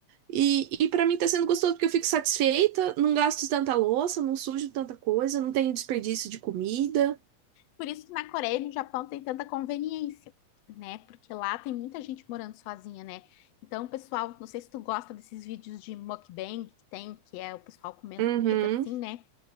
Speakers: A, on the right; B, on the left.
A: E, e para mim tá sendo gostoso porque eu fico satisfeita, não gasto tanta louça, não sujo tanta coisa, não tenho desperdício de comida.
B: Por isso que na Coreia e no Japão tem tanta conveniência, né? Porque lá tem muita gente morando sozinha, né? Então, pessoal, não sei se tu gosta desses vídeos de mukbang que tem, que é o pessoal comendo
A: Uhum,
B: comida assim, né?